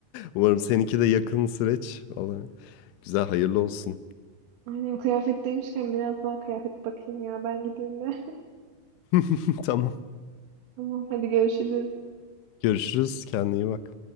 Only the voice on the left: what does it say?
Umarım seninki de yakın süreç. Vallahi güzel hayırlı olsun.
<laughs> Tamam.
Görüşürüz. Kendine iyi bak.